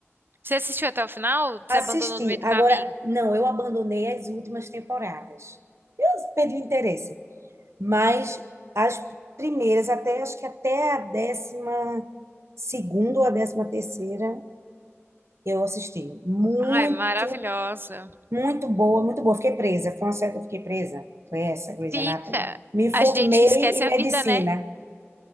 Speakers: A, on the right; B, on the right.
A: Você assistiu até o final? Você
B: Assisti.
A: abandonou no meio do
B: Agora,
A: caminho?
B: não, eu abandonei as últimas temporadas. Eu perdi o interesse. Mas as primeiras, até acho que até a décima segunda ou a décima terceira, eu assisti. Muito,
A: Ai, maravilhosa.
B: muito boa, muito boa. Fiquei presa. Foi uma série que eu fiquei presa. Foi essa, Grey's
A: Fica.
B: Anatomy. Me formei
A: A gente esquece
B: em
A: a
B: medicina.
A: vida, né?